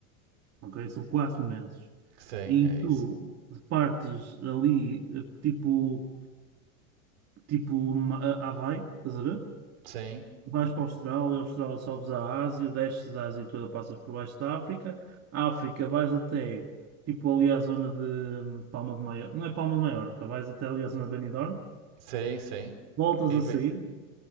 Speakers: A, on the right; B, on the right.
A: ok? São quatro meses
B: Sim,
A: em
B: é
A: que tu
B: isso.
A: partes ali, eh, tipo, tipo Ma- a- Havaí, estás a ver?
B: Sim,
A: Vais para a Austrália, a Austrália sobes à Ásia, desces a Ásia toda, passas por baixo da África, a África vais até, tipo, ali à zona de hum, Palma de Maiorca, não é Palma de Maiorca, vais até ali à zona de Benidorm,
B: sim, sim.
A: voltas
B: E
A: a
B: be-
A: sair,